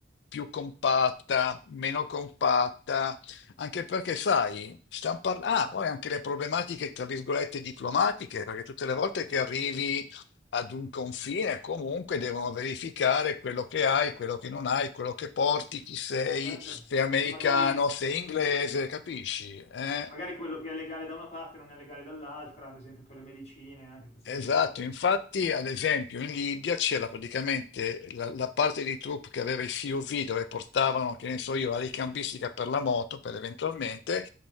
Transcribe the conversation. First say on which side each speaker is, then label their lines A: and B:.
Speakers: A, on the left; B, on the left.
A: più compatta, meno compatta, anche perché, sai, stiamo parlando, ah, poi anche le problematiche, tra virgolette, diplomatiche, perché tutte le volte che arrivi ad un confine, comunque devono verificare quello che hai, quello che non hai, quello che porti, chi sei,
B: Certo.
A: sei americano,
B: Che magari,
A: sei inglese, capisci? Eh?
B: magari quello che è legale da una parte non è legale dall'altra, ad esempio per le medicine, anche queste
A: Esatto,
B: cose qua.
A: infatti, ad esempio, in Libia c'era praticamente la, la parte di troupe che aveva i CUV dove portavano, che ne so io, la ricambistica per la moto, per eventualmente.